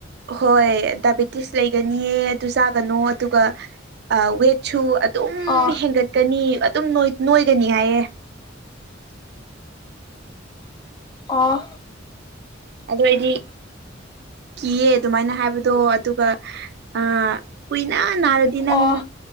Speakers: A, on the right (about 55°); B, on the left (about 20°).
A: ꯍꯣꯏ ꯗꯥꯏꯕꯦꯇꯤꯁ ꯂꯩꯒꯅꯤꯌꯦ ꯑꯗꯨ ꯆꯥꯒꯅꯣ ꯑꯗꯨꯒ ꯑ ꯋꯦꯠ ꯁꯨ ꯑꯗꯨꯝ
B: ꯑꯥ
A: ꯍꯦꯟꯒꯠꯀꯅꯤ ꯑꯗꯨꯝ ꯅ‌ꯣꯏ ꯅꯣꯏꯒꯅꯤ ꯍꯥꯏꯑꯦ
B: ꯑꯣ
A: ꯑꯗꯨ ꯑꯩꯗꯤ ꯀꯤꯌꯦ ꯑꯗꯨꯃꯥꯏꯅ ꯍꯥꯏꯕꯗꯣ ꯑꯗꯨꯒ ꯑ ꯀꯨꯏꯅ ꯅꯥꯔꯗꯤ ꯅꯪ
B: ꯑꯣ